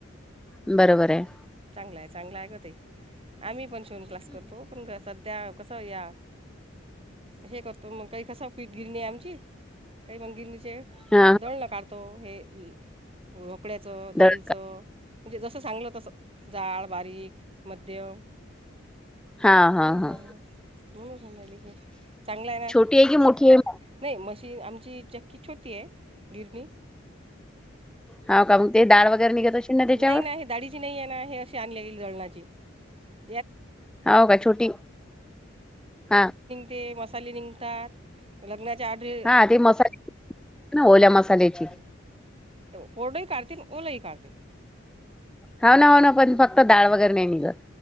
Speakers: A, in the centre; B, on the right.
A: बरोबर आहे.
B: चांगल आहे, चांगल आहे ग, ते आम्ही पण शिवन क्लास करतो, पण ग, सध्या कसं या हे करतो मग काही कसं पीठगिरणी आमची मंदिर नचे
A: हा.
B: जणण काढतो हे रोकड्याचं डाळीचं.
A: दळका
B: म्हणजे जसं चांगलं तसं जाळ बारीक मध्यम
A: हा हा
B: हम्म
A: हा
B: हम हम म्हणूनचजली क
A: छोटी
B: <unintelligible>
A: आहे की मोठी आहे?
B: नाही, मशीन आमची चक्की छोटी आहे गिरणी.
A: हा का? मग ते डाळ वगैरे निघत. असेल त्याच्यावर?
B: नई ना, हे दाळीची नाही आहे ना, हे अशी आणली गेली दळणाची. <unintelligible>
A: हाव का छोटी हा
B: ते मसाले निंघतात. <inaudible> म्हणजे,
A: हा ते मसाले ना ओल्या मसाल्याची
B: कोर्डही काढते, ओलही काढते.
A: हाव, ना हो ना. पण फक्त दाळ वगैरे नाही निघत.